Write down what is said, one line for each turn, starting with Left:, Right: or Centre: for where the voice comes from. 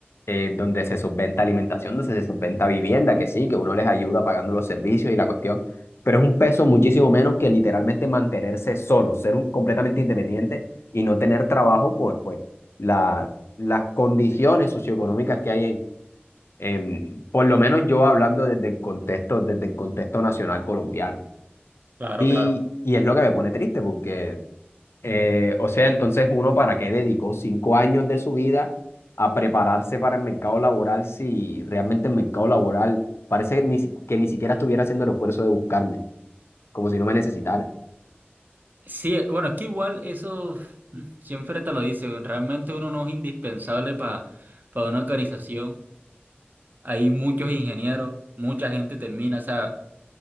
Left: eh, donde se solventa alimentación, donde se solventa vivienda, que sí, que uno les ayuda pagando los servicios y la cuestión, pero es un peso muchísimo menos que literalmente mantenerse solo, ser un, completamente independiente y no tener trabajo por pues, la, las condiciones socioeconómicas que hay en, en, por lo menos yo hablando desde el contexto, desde el contexto nacional colombiano.
Right: Claro,
Left: Y,
Right: claro.
Left: y es lo que me pone triste porque eh, o sea, entonces uno para qué dedicó cinco años de su vida a prepararse para el mercado laboral si realmente el mercado laboral parece que ni, si- que ni siquiera estuviera haciendo el esfuerzo de buscarme, como si no me necesitara.
Right: Sí, eh, bueno, es que igual eso mm, siempre te lo dice, realmente uno no es indispensable para para una organización. Hay muchos ingenieros, mucha gente termina, o sea,